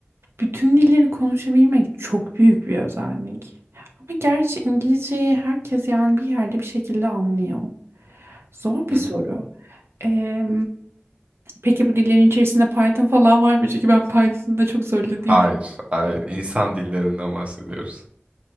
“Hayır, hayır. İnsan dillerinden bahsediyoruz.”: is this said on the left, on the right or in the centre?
Right